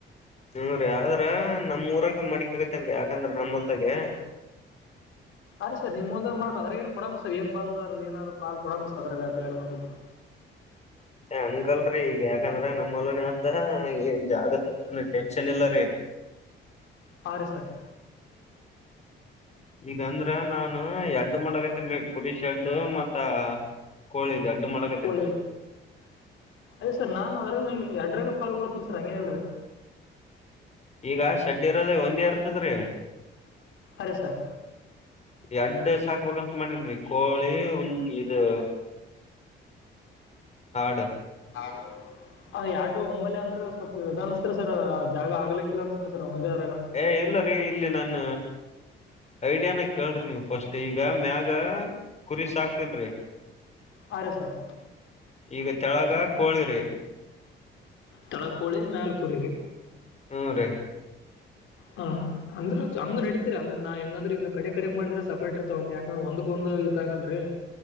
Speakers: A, on the left (about 35°); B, on the left (about 80°).
A: ಹ್ಮೂ ರೀ ಆದ್ರ ನಮ್ಮ್ ಊರಾಗ ಮಡಕ್ ಆಗತ್ತೇನ್ೀ ಯಾಕಂದ್ರ ನಮ್ಮಲ್ದಾಗೆ
B: ಅರಿೀ ಸರ್ ನಿಮ್ಮ ಮುದ ಮಾಡ ಅದ್ರ ಏನ್ ಕೊಡಂಬಿ ಸರ್ ಏನ್ ಬಂದ್ರ ಏನಾರ ಪಾ ಕೊಡಂಬಿ ಸದರ ಅಂತ ಹೇಳಳ್ ಬಂದಿದ್ದು
A: ಏ ಅಂಕಲ್ರಿೀ ಈಗ ಯಾಕಂದ್ರ ನಮ್ಮಲನ ಅತ್ ಏನ್ ಜಾಗ ಏ ಟೆನ್ಷನ್ ಇಲ್ಲರೀ
B: ಹೌ ರೀ ಸರ್
A: ಈಗಂದ್ರ ನಾನು ಎಡ್ಡು ಮಾಡಕತ್ತನ್ೀ ಕುರಿ ಶೆಡ್ಡು ಮತ್ತ ಕೋಳಿಿದ ಅಡ್ಡು ಮಾಡಕತ್ತೇನ್ರೀ
B: ಕೋಳಿ ಅದೇ ಸರ್ ನಾನು ಅದ್ರಾಗ ನೀ ಎರಡಾಗ ಪಾಲ್ಗೊಳ್ಳತ್ತನಿ ಸರ್ ಹಂಗೇನಲ್ರೀ
A: ಈಗ ಶೆಡ್ ಇರೋದ ಒಂದೇ ಇರ್ತದ್ರಿ
B: ಅರೆ ಸರ್
A: ಎಡ್ಡ ಸಾಕ್ಬೇಕಂತ ಮಾಡಿನ್ರಿ ಕೋಳಿ ಅದು ಹಾಡು
B: ಹೌದು ಅಂದ್ ಎರಡು ಒಮ್ಮಲ್ ಅಂದ್ರೆ ಸ್ವಲ್ಪ ಇ ಅನಸ್ತರಿ ಸರ್ ಆ ಜಾಗ ಆಗ್ಲಿಕ್ಕಿಲ್ಲ ಅನಸ್ತಾರ ಸರ್ ಒಂದಗ
A: ಏ ಇಲ್ಲ ರೀ ಇಲ್ಲಿ ನಾನ ಐಡಿಯಾನ ಕೇಳ್ರಿ ನೀವವು ಫಸ್ಟ್ ಈಗ ಮ್ಯಾಗ ಕುರಿ ಸಾಕ್ತನ್
B: ಹ ಸರ್
A: ಈಗ ತೆಳಗ ಕೋಳಿರಿ
B: ತಳಗ ಕೋಳಿ ಮೇಲ ಕುರರಿ
A: ಹಾ ರೀ
B: ಹ್ಮ ಅಂದ್ರ ಹಂಗ ನಡತೀ ಅಲ್ರಿ ನಾ ಹೆಂಗಂದ್ರ ಈಗ ಕಡೆ ಕಡೆಕ್ ಮಾಡಿದ್ರ ಸಪರೇಟ್ ಇರ್ತಗ ಉಯಾಕಂದ್ರ ಒಂದ್ಕೊಕಂದ್ ಇದ ಆಾಗಲ್ರಿ